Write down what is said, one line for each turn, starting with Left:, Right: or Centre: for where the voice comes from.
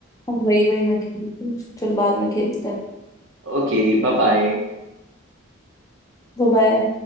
Left: वही वही मैं खेलती हूँ। चल बाद में खेलते हैं
Right: Okay bye bye
Left: बाय